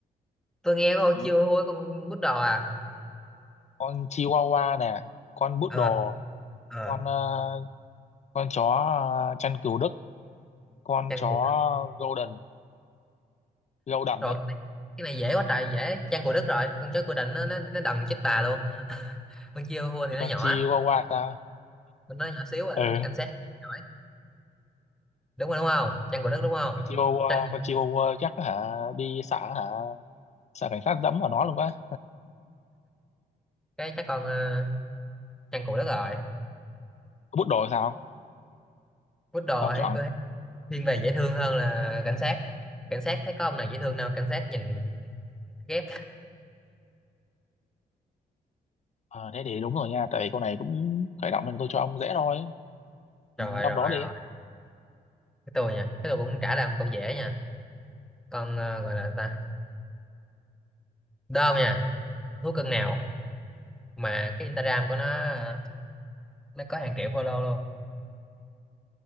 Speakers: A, in the centre; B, on the left.
A: Tôi nghe có con
B: ừ.
A: chiêu hôi con bút đò à.
B: con Chihuahua nè con Poodle
A: Ờ, ờ.
B: con ờ, con chó ờ, chăn cừu Đức con
A: Trang
B: chó
A: phục
B: Golden Golden
A: rồi
B: đấy
A: cái này dễ quá trời dễ chăn của Đức rồi con chó của Định nó nó, nó đần chết bà luôn con chiêu hua thì
B: thì
A: nó
B: con
A: nhỏ
B: Chihuahua ta
A: con nó nhỏ xíu rồi
B: ừ
A: nó cảnh sát giỏi đúng rồi đúng không chăn của Đức đúng không
B: con Chihuahua
A: chăn
B: con Chihuahua chắc hả đi xã hả xã cảnh sát dẫm vào nó luôn quá
A: cái chắc con ờ, chăn của Đức rồi
B: bút đồ sao
A: quýt đồ
B: ông
A: hay
B: chọn
A: tôi thấy thiên về dễ thương hơn là cảnh sát cảnh sát thấy có ông nào dễ thương đâu cảnh sát nhìn ghét
B: Ờ, thế thì đúng rồi nha tại vì câu này cũng khởi động nên tôi cho ông dễ thôi
A: rồi
B: ừ, trong
A: rồi
B: đó đi
A: rồi cái tôi nha cái tôi cũng trả làm câu dễ nha con ờ, gọi là ta đơn nha thú cưng nào mà cái Instagram của nó ờ, nó có hàng triệu follow luôn